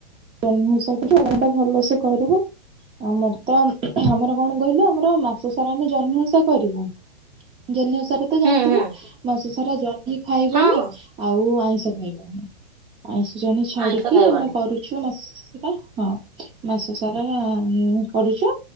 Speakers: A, on the right; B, on the right.
A: ଜହ୍ନି ଓଷା ଟା <inaudible> ଭଲରେ କରିବୁ। ଆମର ତ ଊହ୍ନୁ ଆମର କଣ କହିଲୁ ଆମର ମାସ ସାରା ଆମ ଜହ୍ନି ଓଷା କରିବୁ ଜହ୍ନି ଓଷାରେ ତ
B: ହୁଁ
A: ଜାଣିଥିବୁ
B: ହୁଁ
A: ମାସ ସାରା ଜହ୍ନି ଖାଇବନି
B: ହଁ ହଁ
A: ଆଉ ଆଇଁଷ ଖାଇବନି ଆଇଁଷ ଜହ୍ନି ଛାଡିକି
B: ଆଇଁଷ ଖାଇବନି
A: ଆମେ କରୁଛୁ ମାସ ସାରା ହଁ। ମାସ ସାରା ଉ କରୁଛୁ?